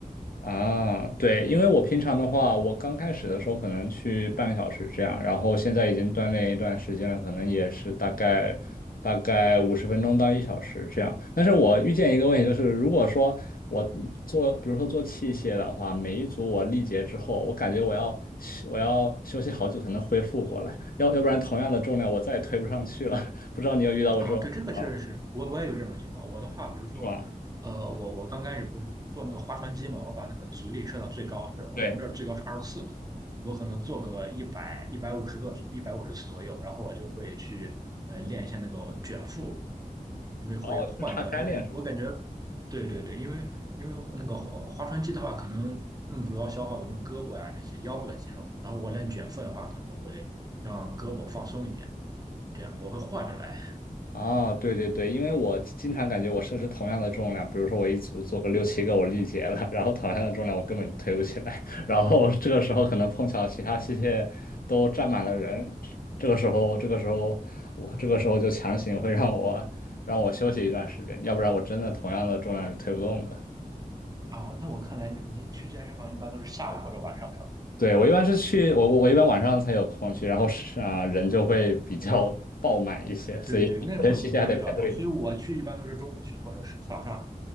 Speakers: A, on the left; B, on the right.
A: 啊，对，因为我平常的话，我刚开始的时候可能去半个小时这样，然后现在已经锻炼一段时间了，可能也是大概大概五十分钟到一小时这样。但是我遇见一个问题，就是如果说我做，比如说做器械的话，每一组我力竭之后，我感觉我要我要休息好久才能恢复过来，要要不然同样的重量我再也推不上去了。<laughs> 不知道你有遇到过这种情况
B: 啊，对，这个确实是我我也有这种情况。我的话，比如说，
A: 是吧？
B: 呃，我我刚开始不是做那个划船机嘛，我把那个阻力设到最高，是我们这儿最高是二十四嘛，
A: 对，
B: 我可能做个一百一百五十个一百五十次左右，然后我就会去呃练一下那个卷腹，因为会换个，
A: 哦，就是岔开练是吗？
B: 因为我感觉，对对对，因为因为那个划划船机的话，可能更主要消耗的什么胳膊呀、这些腰部的肌肉，然后我练卷腹的话，可能会让胳膊放松一点，这样我会换着来。
A: 啊，对对对，因为我经常感觉我设置同样的重量，比如说我一组做个六七个，我力竭了，然后同样的重量我根本就推不起来，<laughs> 然后这个时候可能碰巧其他器械都站满了人，这个时候这个时候我这个时候就强行会让我让我休息一段时间，要不然我真的同样的重量是推不动的。
B: 啊，那我看来您您去健身房一般都是下午或者晚上是吧？
A: 对，我一般是去我我我一般晚上才有空去，然后是啊人就会比较爆满一些，所以有些器械还得排队。
B: 对对，那会人比较多，所以我去一般都是中午去，或者是早上，